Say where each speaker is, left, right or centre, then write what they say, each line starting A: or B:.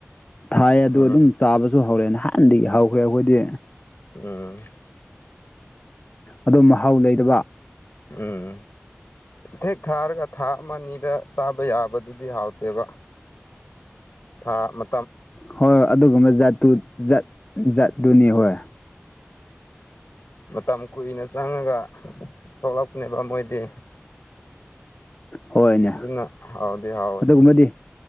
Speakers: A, on the left; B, on the left.
A: ꯊꯥꯏꯌꯦ ꯑꯗꯨ
B: ꯎꯝ
A: ꯑꯗꯨꯝ ꯆꯥꯕꯁꯨ ꯍꯧꯔꯦ ꯅꯍꯥꯟꯗꯒꯤ ꯍꯧꯈ꯭ꯔꯦ ꯑꯈꯣꯏꯗꯤ
B: ꯎꯝ
A: ꯑꯗꯣ ꯃꯍꯥꯎ ꯂꯩꯗꯕ
B: ꯎꯝ ꯊꯦꯛ ꯊꯥꯔꯒ ꯊꯥ ꯑꯃ ꯑꯅꯤꯗ ꯆꯥꯕ ꯌꯥꯕꯗꯨꯗꯤ ꯍꯥꯎꯇꯦꯕ ꯊꯥ ꯑꯃ
A: ꯍꯣꯏ ꯑꯗꯨꯒꯨꯝꯕ ꯖꯥꯠꯇꯨ ꯖꯥꯠ ꯖꯥꯠꯇꯨꯅꯤ ꯍꯣꯏ
B: ꯃꯇꯝ ꯀꯨꯏꯅ ꯆꯪꯉꯒ ꯊꯣꯛꯂꯛꯄꯅꯦꯕ ꯃꯣꯏꯗꯤ
A: ꯍꯣꯏꯅꯦ
B: ꯑꯗꯨꯅ ꯍꯥꯎꯗꯤ ꯍꯥꯎꯋꯦ
A: ꯑꯗꯨꯒꯨꯝꯕꯗꯤ